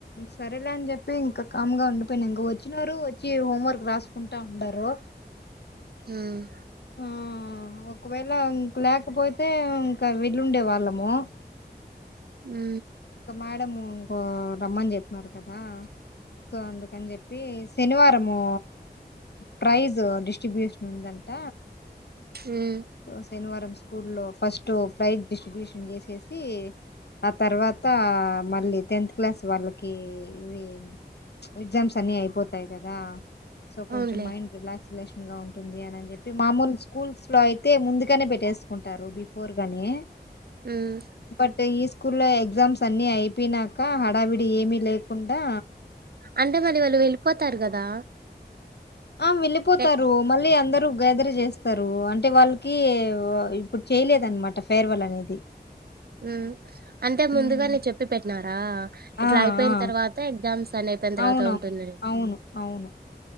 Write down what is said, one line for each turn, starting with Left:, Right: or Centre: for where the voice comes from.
Left: సరే. సరలే అని చెప్పి ఇంకా కామ్ గా ఉండిపోయినా ఇంక వచ్చినారు వచ్చి హోంవర్క్ రాసుకుంటా ఉంనారు.
Right: ఉమ్.
Left: ఆ ఒకవేళ ఇంక లేకపోతే ఇంకా వెళ్ళుండే వాళ్ళము.
Right: ఉ.
Left: ఇంకా మేడం ఇంకో రమ్మని చెప్పన్నారు. కదా సో అందుకని చెప్పి. శనివారంము ప్రైజ్ డిస్ట్రిబ్యూషన్ ఉందంట.
Right: మ్మ్
Left: శనివారం. స్కూ లో ఫస్ట్ ప్రైజ్ డిస్ట్రిబ్యూషన్ చేసేసి ఆ తర్వాత. త మళ్ళీ టెన్త్ క్లాస్ వాళ్ళకి ఇవి ఎగ్జామ్స్ అన్ని అయిపో. పోతాయి కదా సో కొంచెం
Right: అవునులే
Left: మైండ్ రిలాక్స్. లేషన్ ఉంటంది ఉంది అని అని చెప్పి మామూలు స్కూల్స్ ఇ లో అయితే ముందుగానే పెట్టేసుకుంటారు బిఫోర్ గానే
Right: ఉమ్
Left: బట్ ఈస్ స్కూ లో ఎ్జాస్ అన్నీ అయిపోయి నాకు కా హడావిడి ఏమిీ లే కుండా
Right: అంటే మళ్రి వాళ్ళు వెళ్ళిపోతారు కదా
Left: ఆ వెళ్ళిపోతారు
Right: ఎ
Left: మళ్ళీ అందరు గదర్ చేస్తారు అంటే వాళ్ళకి ఇప్పుడు చేయలేదనమాట ఫేర్వెల్ అనేది
Right: ఉ అంటే
Left: హ్మ్.
Right: ముందుగా నేను చెప్పి పెట్టిన ఆ ఇట్లా
Left: ఆ
Right: అయిపోయిన
Left: ఆ
Right: తర్వాత ఎగ్జామ్స్ అని అయిపోయిన తర్వాత
Left: అవునవును
Right: ఉంటుందని
Left: అవును అవును